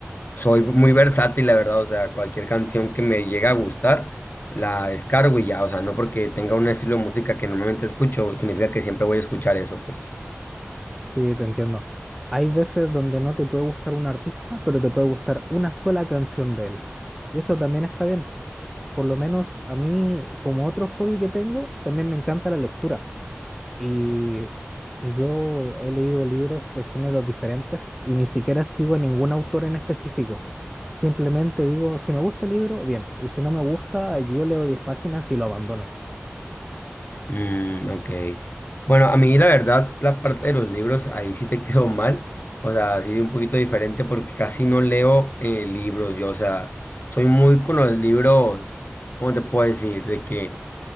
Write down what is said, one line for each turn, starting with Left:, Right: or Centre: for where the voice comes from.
Left: soy muy versátil, la verdad, o sea, cualquier canción que me llegue a gustar, la descargo y ya, o sea, no porque tenga un estilo de música que normalmente escucho, significa que siempre voy a escuchar eso, pues.
Centre: Sí, te entiendo. Hay veces donde no te puede gustar un artista, pero te puede gustar una sola canción de él. Y eso también está bien. Por lo menos a mí, como otro hobby que tengo, también me encanta la lectura. Y yo he leído libros de géneros diferentes y ni siquiera sigo a ningún autor en específico. Simplemente digo, si me gusta el libro, bien. Y si no me gusta, yo leo 10 páginas y lo abandono.
Left: Mm, ok. Bueno, a mí la verdad, la parte de los libros, ahí sí te <laughs> quedó mal. O sea, así de un poquito diferente porque casi no leo eh, libros yo. O sea, soy muy con los libros, ¿cómo te puedo decir? De que